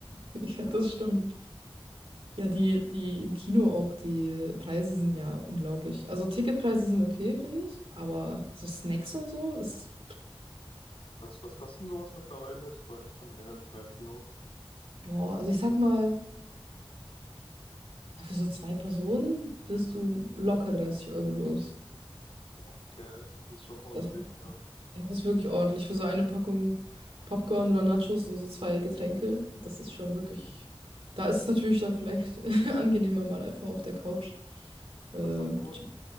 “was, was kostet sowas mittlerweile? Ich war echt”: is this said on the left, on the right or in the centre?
Left